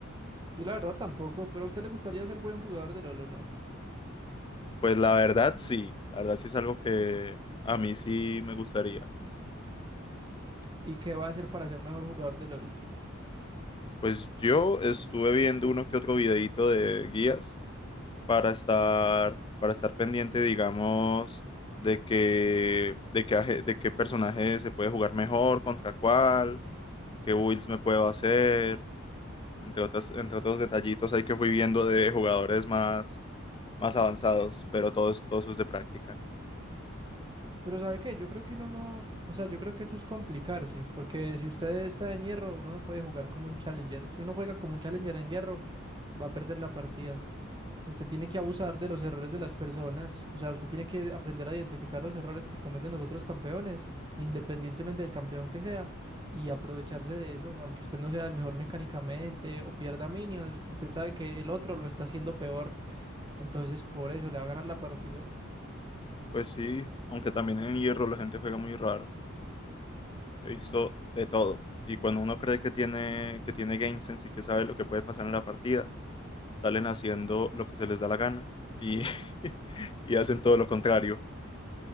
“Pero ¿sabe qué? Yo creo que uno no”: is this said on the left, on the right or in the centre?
Right